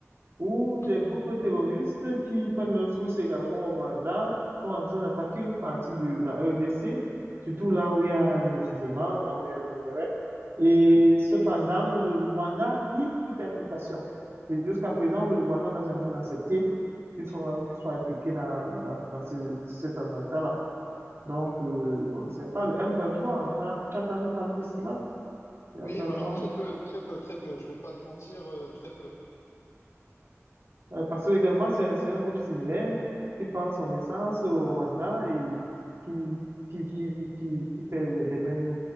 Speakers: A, on the right; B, on the left.
A: où des
B: Ouais.
A: groupes terroristes qui prennent leurs sources également au Rwanda sont en train d'attaquer une partie de la RDC, surtout là où il y a les gisements, là où il y a les minerais. Et cependant, le Rwanda nie toute implication. Et jusqu'à présent, le Rwanda n'a jamais accepté qu'ils soient, qu'ils soient impliqués dans, dans, dans ce- cet attentat-là. Donc, euh, on ne sait pas. Le M23, on a, tu as entendu parler de cela? Le
B: Oui,
A: M23?
B: mais alors très peu, très peu, très peu. Je vais pas te mentir, euh, très peu.
A: Euh, parce que également, c'est, c'est un groupe similaire qui prend son essence au Rwanda et qui, qui, qui, qui, qui fait les, les mêmes,